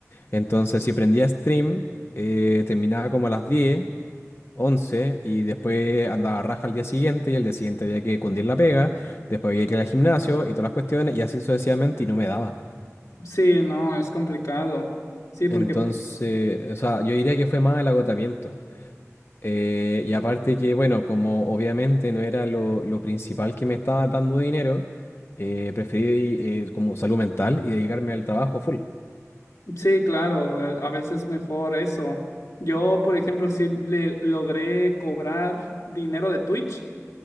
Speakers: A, on the left; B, on the left.
A: entonces si prendía stream, eh, terminaba como a las diez, 11 y después andaba raja al día siguiente y al día siguiente había que cundir la pega, después había que ir al gimnasio y todas las cuestiones y así sucesivamente y no me daba.
B: sí, no, es complicado. Sí, porque
A: Entonces, o sea, yo diría que fue más el agotamiento. Eh, y aparte que, bueno, como obviamente no era lo, lo principal que me estaba dando dinero, eh, preferí eh, como salud mental y dedicarme al trabajo full.
B: sí, claro, a a veces es mejor eso. Yo, por ejemplo, sí le logré cobrar dinero de Twitch,